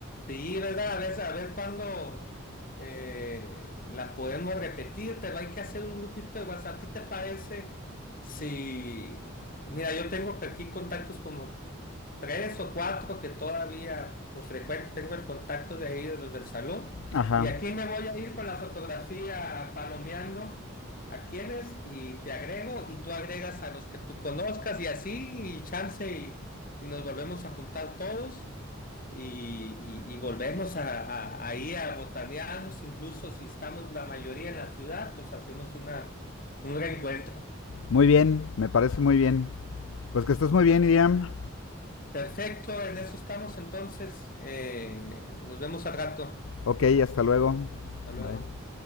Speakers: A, on the left; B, on the left.
A: Sí, ¿verdad? A ver, a ver cuándo eh, la podemos repetir, pero hay que hacer un grupito de WhatsApp. ¿Qué te parece si... Mira, yo tengo que aquí contactos como tres o cuatro que todavía pues, frecuento. Tengo el contacto de ahí, de los del salón.
B: Ajá.
A: Y aquí me voy a ir con la fotografía palomeando a quienes y te agrego y tú agregas a los que tú conozcas y así y chance y y nos volvemos a juntar todos y, y- y volvemos a, a, ahí a botanearnos, incluso si estamos la mayoría en la ciudad, pues hacemos una, un reencuentro.
B: Muy bien, me parece muy bien. Pues que estés muy bien, Iriam.
A: Perfecto, en eso estamos entonces. eh, nos vemos al rato.
B: Ok, hasta luego.
A: Hasta luego.
B: Bye.